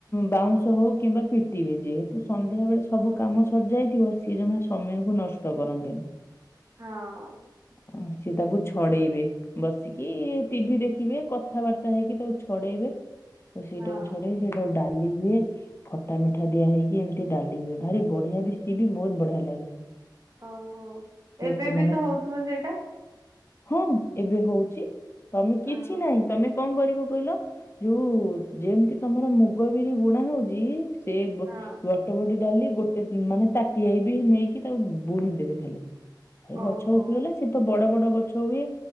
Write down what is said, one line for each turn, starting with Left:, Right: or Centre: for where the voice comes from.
Left: ବାଉଁଶ ହଉ କିମ୍ବା ପିଟ ିବେ ଯେହେତୁ ସନ୍ଧ୍ୟା ବେଳେ ସବୁ କାମ ସର୍ଯାଇଥିବ ସିଏ ଜମା ସମୟକୁ ନଷ୍ଟ କରନ୍ତିନି।
Right: ହଁ।
Left: ଅ ସିଏ ତାକୁ ଛଡେଇବେ। ବସିକି ଟିଭିି ଦେଖିବେ। କଥାବାର୍ତ୍ତା ହେଇକି ତାକୁ ଛଡେଇବେ। ତ ସେଇଟାକୁ
Right: ହଁ ହଁ
Left: ଛଡେଇ ସେଇଟାକୁ ଡାଲି ହୁଏ। ତା ମିଠା ଦିଆ ହେଇକି ଏମିତି ଡାଲି ହୁଏ ଭାରି ବଢିଆ ବି ସିଏ ବି ବହୁତ ବଢିଆ ଲାଗେ।
Right: ଓହୋ ଏବେ
Left: ସେମାନକୁ
Right: ବି ତ ହଉଥିବ ସେଇଟା
Left: ହଁ ଏବେ ହଉଛି, ତମେ
Right: ହଁ
Left: କିଛି ନାହିଁ ତମେ କଣ କରିବ କହିଲ? ଯୋଉ ଯେମିତି ତମର ମୁଗ ବିରି ବୁଣା ହଉଛି ସେ
Right: ହଁ
Left: ବଟ ବଟି ଡାଲି ଗୋଟେ ମାନେ ତାଟିଆଇ ବି ନେଇକି ତାକୁ ବୁଣି ଦେବେ ଖାଲି। ଏ
Right: ଓହୋ
Left: ଗଛ ଉଠିଗଲା ସେ ତ ବଡ ବଡ ଗଛ ଗଛ ହୁଏ,